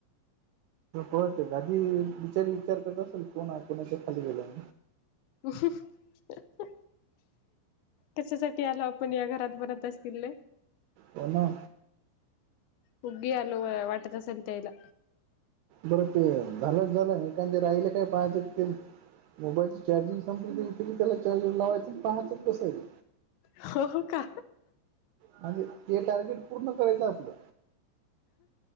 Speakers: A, on the right (about 80°); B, on the left (about 80°).
A: ळत गादीी विचारी विचार करत असेल कोणा कोणाच्या खाली गेला
B: हम कशासाठी आला आपण या घरात बनत असतील
A: हो ना
B: हुगी अलो वाटद संत्यायला
A: बरं ते झालंच झालं ते राहिले काय पाहायचं ते मोबाईलची चार्जिंग संपली त् त्याला चाू लावायचं पाहतच कसं आहे
B: हो का
A: म्हणजे ते टार्गेट पूर्ण करायचं आपलं